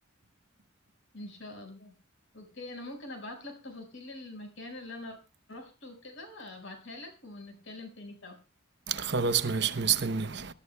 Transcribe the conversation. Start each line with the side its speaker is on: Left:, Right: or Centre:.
Left: ان شاء الله اوكي انا ممكن ابعت لك تفاصيل المكان اللي انا روحته وكده ابعتها لك ونتكلم تاني سوا
Right: خلاص ماشي مستنيك